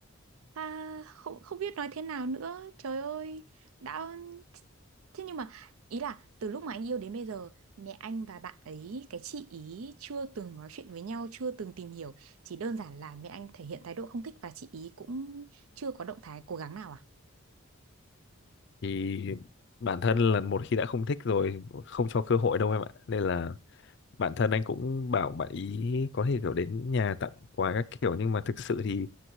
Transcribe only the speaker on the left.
thì bản thân là một khi đã không thích rồi không cho cơ hội đâu em ạ nên là bản thân anh cũng bảo bạn ý có thể kiểu đến nhà tặng quà các kiểu nhưng mà thực sự thì